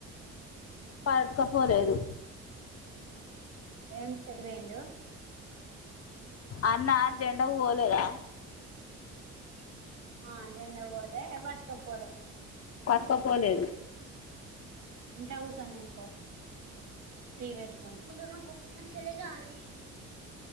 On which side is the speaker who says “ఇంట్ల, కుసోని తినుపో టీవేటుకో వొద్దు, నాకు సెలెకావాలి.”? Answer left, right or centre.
Right